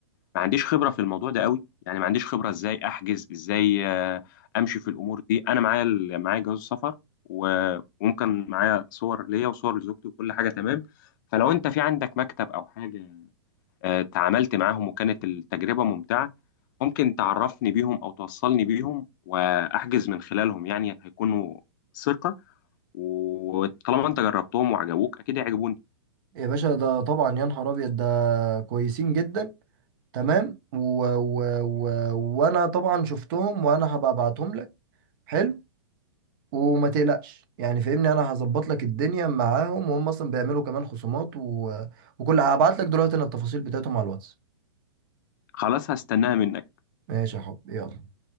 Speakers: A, on the left; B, on the right.
A: ما عنديش خبرة في الموضوع ده قوي يعني ما عنديش خبرة ازاي احجز ازاي آه، امشي في الامور دي انا معايا ال- معايا جواز السفر و- وممكن معايا صور ليا وصور لزوجتي وكل حاجة تمام فلو انت في عندك مكتب او حاجة آه، تعاملت معاهم وكانت التجربة ممتعة ممكن تعرفني بيهم او توصلني بيهم واحجز من خلالهم يعني هيكونوا ثقة وطالما انت جربتهم وعجبوك اكيد هيعجبوني
B: يا باشا ده طبعا يا نهار ابيض ده كويسين جدا تمام و... و... و... وانا طبعا شفتهم وانا هبقى ابعتهم لك حلو وما تقلقش يعني فاهمني انا هظبط لك الدنيا معاهم وهم اصلا بيعملوا كمان خصومات و... وكل هبعت لك دلوقتي انا التفاصيل بتاعتهم على الواتس
A: خلاص هستناها منك
B: ماشي يا حب يلا